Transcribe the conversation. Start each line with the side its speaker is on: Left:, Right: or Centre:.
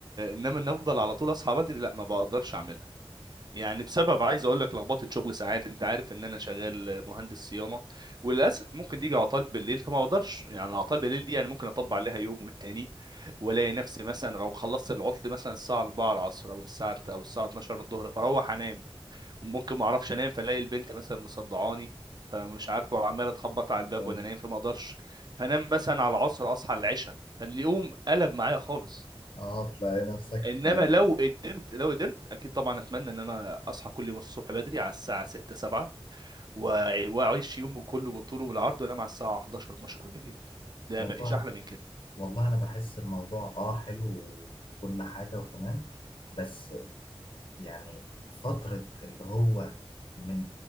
Right: انما ان افضل على طول اصحى بدري لا ما بقدرش اعملها يعني بسبب عايز اقول لك لخبطه شغل ساعات انت عارف ان انا شغال مهندس صيانه وللاسف ممكن تيجي عطال بالليل فما اقدرش يعني عطال بالليل دي يعني ممكن اطبق عليها يوم والتاني والاقي نفسي مثلا لو خلصت العطل مثلا الساعه 4 العصر او الساعه او الساعه 12 الظهر فاروح انام ممكن ما اعرفش انام فالاقي البنت مثلا مصدعاني فمش عارف وعماله تخبط على الباب
Left: يعني
Right: وانا نايم فما اقدرش فانام مثلا على العصر اصحى على العشاء فاليوم قلب معايا خالص
Left: اه تلاقي نفسك
Right: انما
Left: آه،
Right: لو قدرت لو قدرت اكيد طبعا اتمنى ان انا اصحى كل يوم الصبح بدري على الساعه 6 7 وأع- واعيش يومه كله بالطول وبالعرض وانام على الساعه 11 12 بالليل ده
Left: والله
Right: مفيش احلى من كده
Left: والله انا بحس الموضوع اه حلو وكل حاجه وتمام بس يعني فترة اللي هو من